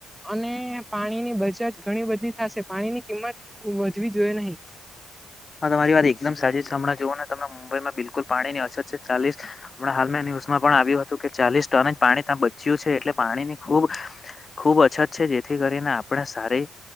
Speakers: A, in the centre; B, on the left.
A: અને પાણીની બચત ઘણી બધી થશે પાણીની કિંમત વધવી જોઈ નહી
B: હા તમારી વાત એકદમ સાચી છે, હમણાં જુઓ ને તમે મુંબઈમાં બિલકુલ પાણીની અસર છે, ચાલીસ હમણાં હાલમાં ન્યુઝ પણ આવ્યું હતું કે ચાલીસ ટન જ પાણી ત્યાં બચ્યું છે, એટલે પાણીની ખૂબ ખૂબ અછત છે, જેથી કરીને આપણે સારી